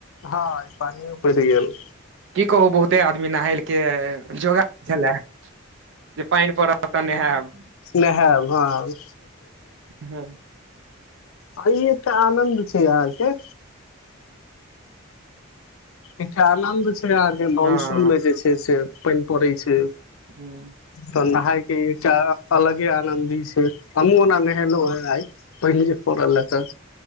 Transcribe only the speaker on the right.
की कहु बहुते आदमी नाहाई के जोगार छलए जे पानि पड़त तऽ नेहेब
हँ
हँ
ह्म